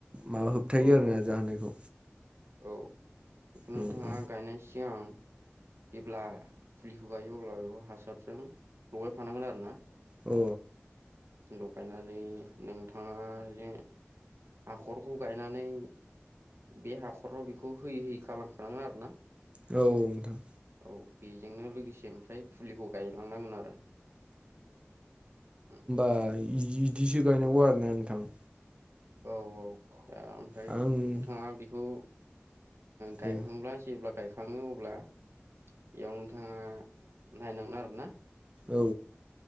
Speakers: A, on the right (about 25°); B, on the right (about 75°).
A: माबा होबथायो
B: औ
A: आरोना
B: औ
A: जाहायखौ।
B: औ बेखौनो
A: अ
B: नोंथाङा गायनां सिगांं। जेब्ला फुलिखौ गायो अब्ला बेखौ हासारजों लगायफानांगोन आरोना।
A: औ।
B: लगायनानै नोंथाङा जे हाखरखौ गायनानै बे हाखराव बेखौ होयै होयै खालामखानांगोन आरोना।
A: औ नोंथां।
B: औ बेजोंनो लोगोसे ओमफ्राय फुलिखौ गायलांनांगोन आरो। उम
A: बिदिसो गायनांगौ आरोना नोंथां
B: औ औ दा ओमफ्राय
A: आं
B: नोंथाङा बेखौ गायखांब्ला
A: औ
B: जेब्ला गायखाङो अब्ला बेयाव नोंथाङा नायनांगोन आरोना
A: औ